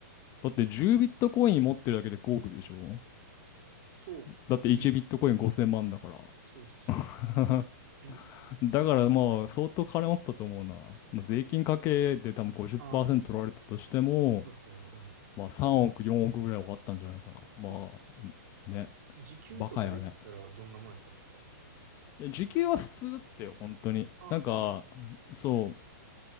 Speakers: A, on the left; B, on the right.
A: だって10ビットコイン持ってるだけで5億でしょ
B: そうか。
A: だって1ビットコイン5000万だから。
B: そうっすよね。
A: <laughs>
B: うん。ええ、
A: だからまあ相当金持ってたと思うな。まあ、税金かけで多分50%
B: ああ、
A: 取られたとしても、
B: そうっすよね。うん。
A: まあ3億、4億ぐらいはあったんじゃないかな。まあね、
B: え、時給とかで言ったらどんなもんやったんですか
A: バカよね。いや時給は普通だったよ、本当に。
B: ああ、
A: なんか、
B: そうなの。
A: そう、